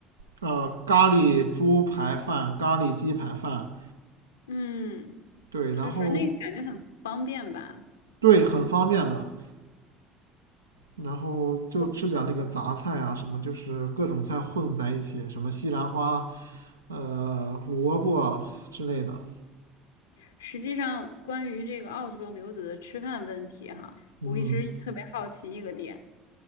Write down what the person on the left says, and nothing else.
嗯，
确实，那个感觉很方便吧。
我
实际上关于这个澳洲留子的吃饭问题哈，
我一直特别好奇一个点，